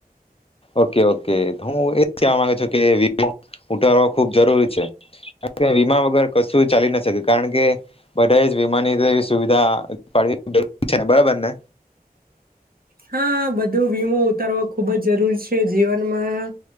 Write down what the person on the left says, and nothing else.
ઓકે ઓકે, હું એજ કહેવા માંગુ છું કે વીમો ઉતારવો ખુબ જરૂરી છે, કાર કે વીમા વગર કશું ચાલી ન શકે, કારણ કે બધાએ જ વીમાની એવી સુવિધા પાડવી <unintelligible> છે ને બરાબર ને?